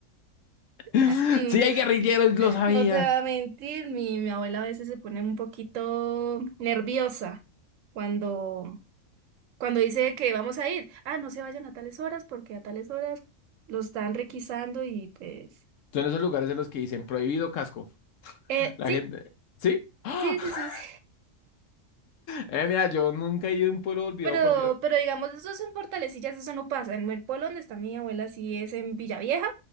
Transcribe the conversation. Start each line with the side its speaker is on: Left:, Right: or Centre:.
Right: <laughs>
Left: <laughs>
Right: Mm,
Left: Sí, hay guerrilleros, lo sabía.
Right: No te voy a mentir, mi, mi abuela a veces se pone un poquito nerviosa cuando, cuando dice que vamos a ir. Ah, no se vayan a tales horas porque a tales horas los están requisando y pues...
Left: Son esos lugares en los que dicen prohibido casco.
Right: Eh,
Left: La
Right: sí,
Left: gente, ¿sí? <gasps>
Right: sí, sí, sí. sí.
Left: Eh, mira, yo nunca he ido a un pueblo olvidado
Right: Pero,
Left: por Dios.
Right: pero digamos, eso es en Fortalecillas, eso no pasa. En el pueblo donde está mi abuela, sí es en Villavieja,